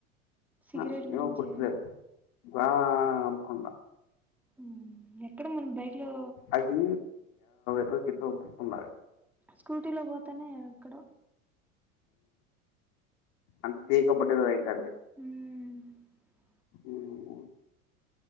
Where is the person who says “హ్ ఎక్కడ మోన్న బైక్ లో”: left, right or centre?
Centre